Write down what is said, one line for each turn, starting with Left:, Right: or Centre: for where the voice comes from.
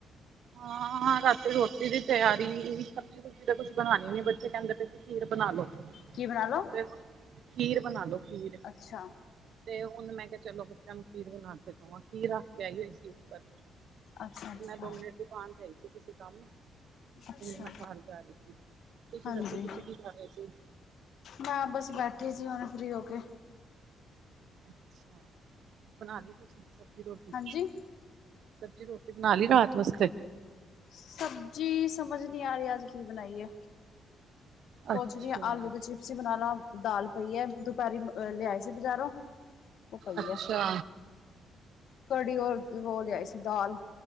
Right: ਹਾਂ-ਹਾਂ ਰਾਤੀ ਰੋਟੀ ਦੀ ਤਿਆਰੀ ਸਬਜੀ ਸਬਜ਼ੀ ਤਾਂ ਕੁਛ ਬਨਾਨੀ ਨੀ ਬੱਚੇ ਕੈਂਦੇ ਪਏ ਸੀ ਖੀਰ ਬਨਾ ਲੋ।
Left: ਕੀ ਬਨਾ ਲੋ?
Right: ਫੇਰ ਹੁਨ, ਖੀਰ ਬਨਾ ਲੋ ਖੀਰ।
Left: ਅੱਛਾ।
Right: ਤੇ ਹੁਨ ਮੈਂ ਕਿਆ ਚਲੋ ਬੱਚੇਆਂ ਨੂੰ ਖੀਰ ਬਨਾ ਕੇ ਦਵਾਂ ਖੀਰ ਰੱਖ ਕੇ ਆਈ ਹੋਈ ਸੀ ਉੱਪਰ।
Left: ਅੱਛਾ-ਅੱਛਾ।
Right: ਤੇ ਮੈਂ ਦੋ <unintelligible> ਆਈ ਸੀ ਕਿਸੇ ਕੰਮ
Left: ਅੱਛਾ
Right: ਮੈਂ ਖਾਨ ਜਾ ਰਈ ਸੀ, ਤੁਸੀਂ
Left: ਹਾਂਜੀ
Right: ਦੱਸੋ ਤੁਸੀਂ ਕੀ ਕਰ ਰਏ ਸੀ।
Left: ਮੈਂ ਬਸ ਬੈਠੀ ਸੀ ਹੁਨੇ ਫਰੀ ਹੋ ਕੇ।
Right: ਅੱਛਾ, ਬਨਾਲੀ ਤੁਸੀਂ ਸਬਜ਼ੀ ਰੋਟੀ।
Left: ਹਾਂਜੀ
Right: ਸਬਜ਼ੀ ਰੋਟੀ ਬਨਾਲੀ ਰਾਤ ਵਾਸਤੇ।
Left: ਸਬਜ਼ੀ ਸਮਝ ਨੀ ਆ ਰੇਆ ਅੱਜ ਕੀ ਬਨਾਈਏ। ਸੋਚ
Right: ਅੱਛਾ
Left: ਰਈ ਆਂ ਆਲੂ ਦੇ ਚਿਪਸ ਈ ਬਨਾਲਾ ਦਾਲ ਪਈ ਐ ਦੁਪੈਰੀ ਅ ਲਿਆਏ ਸੀ ਬਜ਼ਾਰੋਂ। ਉਹ ਪਈ
Right: ਅੱਛਾ।
Left: ਹੈ ਕੜੀ ਔਰ ਓ ਲਿਆਈ ਸੀ ਦਾਲ,